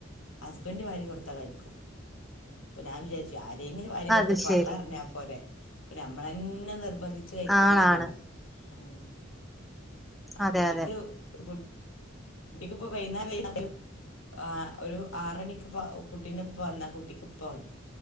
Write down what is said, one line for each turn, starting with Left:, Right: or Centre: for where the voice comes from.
Left: ഹസ്ബന്റ് വാരി കൊടുത്താ കയിക്കും. പ്പം ഞാൻ വിചാരിചും ആരെങ്കിലും വാരി കൊടുത്ത്
Centre: അത്
Left: പള്ളറഞ്ഞാപോരെ
Centre: ശരി
Left: ഇപ്പം നമ്മളന്നെ നിർബന്ധിച്ച് ച്ച് കയ്ക്കണന്നില്ലല്ലൊ
Centre: ആണാണ്
Left: ആഹ് അ
Centre: അതെ
Left: കുട്ടിക്ക്
Centre: അതെ
Left: ഫുഡ് കുട്ടിക്ക്പ്പം വെയ്ന്ന <unintelligible> ആഹ് ഒരു ആറണിക്ക് പ്പ കുട്ടിൻ്റപ്പ വന്നാ കുട്ടിക്ക്പ്പ മതി